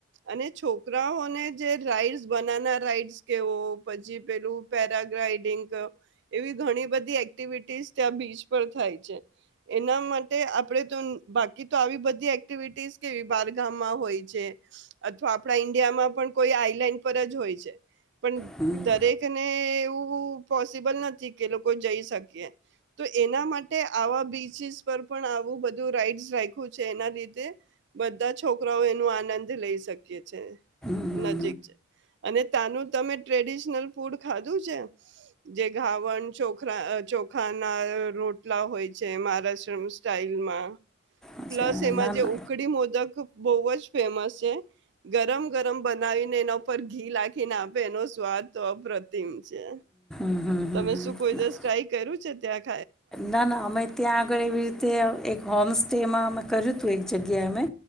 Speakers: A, on the right (about 55°); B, in the centre.
A: અને છોકરાઓને જે રાઈડ્સ બનાના રાઈડ્સ. કેવો પછી પેલું પેરાગ્લાઈડિંગ એવી ઘણી બધી એક્ટિવિટીસ ત્યાં બીચ પર થાય છે, એના માટે આપણેે તો બાકી તો આવી બધી એક્ટિવિટીસ કેવી બાર ગામમાં હોય છે અથવા આપણા ઈન્ડિયામાં પણ કોઈ આઈલેન્ડ પર જ હોય છે. પણ
B: હમ
A: દરેકને એવું પોસિબલ નથી કે લોકો જઈ શકીએ, તો એના માટે આવા બીચસ પર પણ આવું બધું રાઈડ્સ રાખું છે, એના લીધે બધા છોકરાઓ એનો આનંદ લઈ શકીએ છે
B: હમ
A: નજીક છે અને તાનું. તમે ટ્રેડિશનલ ફૂડ ખાધું છે? જે ગાવણ, ચોખરા, ચોખા ના રોટલા હોય છે મહારાષ્ટ્ર સ્ટાઈલમાં.
B: અચ્છા
A: પ્લસ એમાં
B: ના
A: જે
B: ના
A: ઉકડી મોદક. બહુ જ ફેમસ છે. ગરમ-ગરમ બનાવીને એના. પર ઘી લાગે ના એનો સ્વાદ તો અપ્રતિમ છે,
B: હમ હમ હમ
A: તમે
B: હમ
A: શું કોઈ દસ ટ્રાય કર્યું છે ત્યા?
B: ના ના અમે ત્યાં આગળ એવી રીતે એક હોમ તે એમાં અમે કર્યું હતું એક જગ્યાએ અમે